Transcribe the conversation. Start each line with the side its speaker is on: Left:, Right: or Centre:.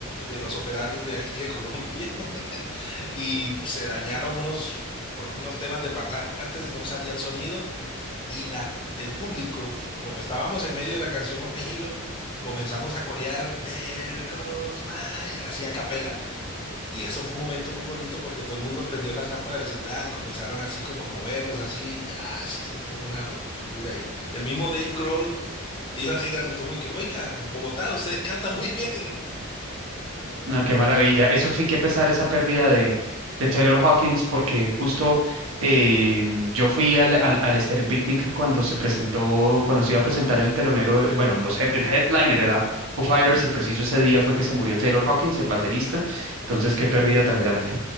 Left: de los operarios de aquí de Colombia <laughs> y se dañaron unos, pro- unos temas de parlantes, no salía el sonido y la, el público, como estábamos en medio de la canción My Hero, comenzamos a corear There goes my, así a capela. Y eso fue un momento muy bonito porque todo el mundo prendió las lámparas del celular y comenzaron así como a moverlos, así, ya, eso fue una locura. Y el mismo Dave Grohl dijo así durante todo el mundo, y que, oiga, Bogotá, ustedes cantan muy bien.
Right: No, qué maravilla.
Left: <laughs>
Right: Eso sí que pesar esa pérdida de, de Taylor Hawkins, porque justo eh, yo fui al, al, al Stereo Picnic cuando se presentó, cuando se iba a presentar el telonero, eh, bueno, los head- el headliner era Foo Fighters, y preciso ese día fue que se murió Taylor Hawkins, el baterista. Entonces, qué pérdida tan grande.